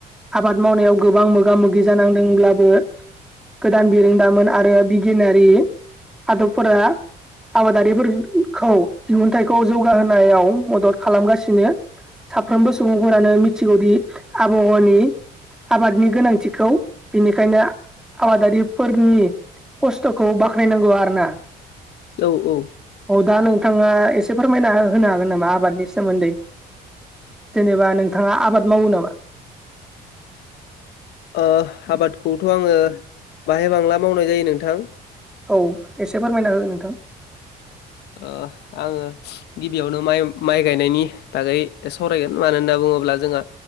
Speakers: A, in the centre; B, on the left.
A: आबाद मावनायाव गोबां मोगा मोगि जानांदोंब्लाबो गोदान बिरोंदामोन आरो बिगियानारि आदबफोरा आबादारिफोरखौ दिहुनथाइखौ जौगाहोनायाव मदद खालामगासिनो साफ्रोमबो सुबुंफोरानो मिथिगौदि आबहावानि आबादनि गोनांथिखौ बिनिखायनो आबादारिफोरनि खस्थखौ बाखनाय नांगौ आरोना
B: औ औ
A: औ दा नोंथाङा एसे फोरमायना होनो हागोन नामा आबादनि सोमोन्दै जेनेबा नोंथाङा आबाद मावो नामा
B: ओ आबादखौथ आङो बाहाय बांला मावनाय जायो नोंथां
A: औ एसे फोरमायना हो नोंथां
B: ओह आङो गिबियावनो माइ माइ गायनायनि बागै सावरायगोन मानो होनना बुङोब्ला बुङोब्ला